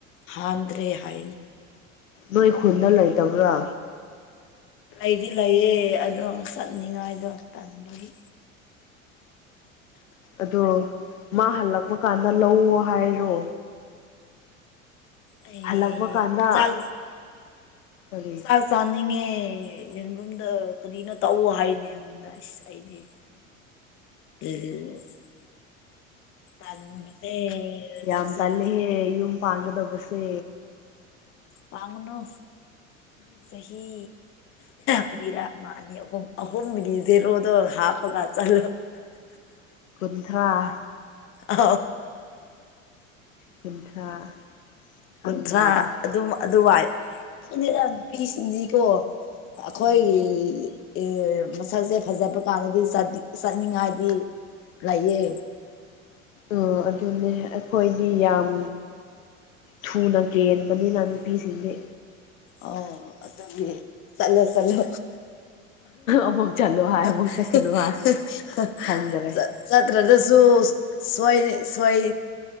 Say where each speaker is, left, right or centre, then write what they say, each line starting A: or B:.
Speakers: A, on the left (about 30°); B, on the left (about 70°).
A: ꯍꯥꯟꯗ꯭ꯔꯦ ꯍꯥꯏꯌꯤ
B: ꯅꯣꯏ ꯈꯨꯨꯟꯅ ꯂꯩꯇꯕ꯭ꯔꯥ
A: ꯂꯩꯗꯤ ꯂꯩꯌꯦ ꯑꯗꯣ ꯆꯠꯅꯤꯡꯉꯥꯏꯗꯣ ꯇꯟꯕꯒꯤ
B: ꯑꯗꯣ ꯃꯥ ꯍꯜꯂꯛꯄ ꯀꯥꯟꯗ ꯂꯧ ꯍꯥꯏꯔꯣ
A: ꯑꯩ
B: ꯍꯜꯂꯛꯄ ꯀꯥꯟꯗ
A: ꯆꯥꯛ
B: ꯀꯔꯤ
A: ꯆꯥꯛ ꯆꯥꯅꯤꯡꯉꯦ ꯌꯦꯟꯔꯨꯝꯗꫭ ꯀꯔꯤꯅꯣ ꯇꯧ ꯍꯥꯏꯅꯦ ꯑꯩꯉꯣꯟꯗ ꯑꯩꯁ ꯆꯩꯗꯤ <unintelligible> ꯇꯟꯕꯅꯦ
B: ꯌꯥꯝ
A: ꯂꯧ ꯆꯠꯄꯒꯤ
B: ꯇꯜꯂꯦꯍꯦ ꯌꯨꯝ ꯄꯥꯟꯒꯗꯧꯕꯁꯦ
A: ꯄꯥꯟꯒꯅꯨ ꯆꯍꯤ ꯀꯔꯤꯔ ꯑꯃꯥ ꯑꯅꯤ ꯑꯍꯨꯝ ꯑꯍꯨꯝꯒꯤ ꯖꯦꯔꯣꯗꯣ ꯍꯥꯞꯄꯒ ꯆꯠꯂꯨ
B: ꯀꯨꯟꯊ꯭ꯔꯥ
A: ꯑꯥꯎ
B: ꯀꯨꯟꯊ꯭ꯔꯥ ꯈꯪꯗ꯭ꯔꯦꯗ
A: ꯀꯨꯟꯊ꯭ꯔꯥ ꯑꯗꯨꯝ ꯑꯗꯨꯋꯥꯏ ꯈꯪꯗꯦꯗ ꯅꯨꯄꯤꯁꯤꯡꯁꯤꯀꯣ ꯑꯩꯈꯣꯏꯒꯤ
B: ꯎꯝ
A: ꯑꯦ ꯃꯁꯛꯁꯦ ꯐꯖꯕ ꯀꯥꯟꯗꯗꯤ ꯆꯗꯤ ꯆꯠꯅꯤꯡꯉꯥꯏꯗꯤ ꯂꯩꯌꯦ
B: ꯎ ꯑꯗꯨꯅꯦ ꯑꯩꯈꯣꯏꯗꯤ ꯌꯥꯝ ꯊꯨꯅ ꯀꯦꯟꯕꯅꯤꯅ ꯅꯨꯄꯤꯁꯤꯡꯁꯦ
A: ꯑꯣ ꯑꯗꯨꯒꯤ ꯆꯠꯂꯣ ꯆꯠꯂꯣ
B: ꯑꯃꯨꯛ ꯆꯠꯂꯣ ꯍꯥꯏ ꯑꯃꯨꯛ
A: <unintelligible>
B: ꯆꯠꯀꯅꯨ ꯍꯥꯏ ꯈꯪꯗꯔꯦ
A: ꯆꯠꯇ꯭ꯔꯗꯁꯨꯡꯛ ꯁ꯭ꯌꯥꯏꯏ ꯁꯣꯏ